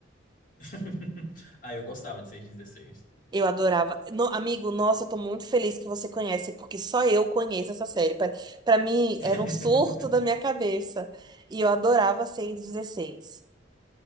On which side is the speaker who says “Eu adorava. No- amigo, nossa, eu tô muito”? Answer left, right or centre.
Right